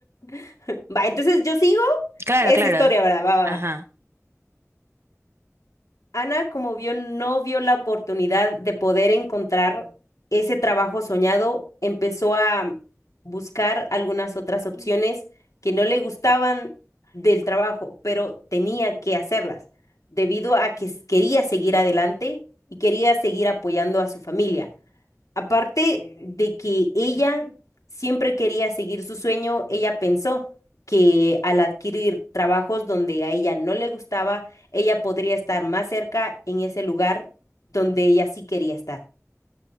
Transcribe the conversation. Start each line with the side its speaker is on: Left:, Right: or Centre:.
Left: <laughs> Va, entonces yo sigo
Right: Claro,
Left: esa
Right: claro.
Left: historia, ¿verdad? Va, va,
Right: Ajá.
Left: va. Ana, como vio, no vio la oportunidad de poder encontrar ese trabajo soñado, empezó a buscar algunas otras opciones que no le gustaban del trabajo, pero tenía que hacerlas, debido a que s- quería seguir adelante y quería seguir apoyando a su familia. Aparte de que ella siempre quería seguir su sueño, ella pensó que al adquirir trabajos donde a ella no le gustaba, ella podría estar más cerca en ese lugar donde ella sí quería estar.